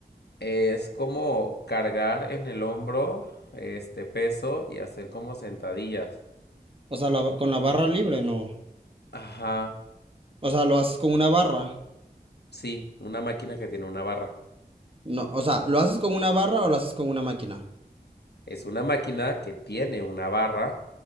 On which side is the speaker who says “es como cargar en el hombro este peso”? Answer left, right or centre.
Left